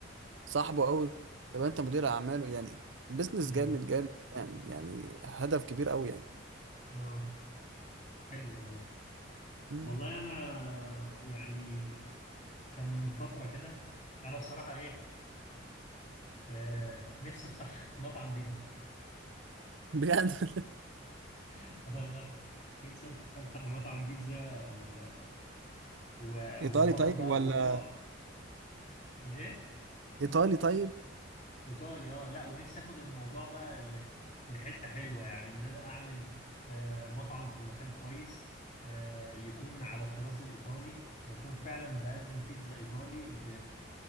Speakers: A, on the right; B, on the left.
A: صاحبه قوي تبقى انت مدير اعماله يعني بزنس
B: امم
A: جامد جامد يعني يعني هدف كبير قوي يعني
B: اه حلو والله
A: مم.
B: والله انا يعني كان من فترة كده انا بصراحة ايه آه نفسي افتح <laughs> مطعم بيتزا
A: بجد <laughs>
B: <laughs> والله نفسي افتح مطعم بيتزا و... و...
A: ايطالي
B: و- واخد
A: طيب
B: بقى
A: ولا
B: الموضوع ليه
A: ايطالي طيب
B: ايطالي اه لا ونفسي اخد الموضوع بقى ل... لحتة حلوة يعني ان انا اعمل آه مطعم في مكان كويس آه يكون على الطراز الايطالي واكون فعلا بقدم بيتزا ايطالي ب...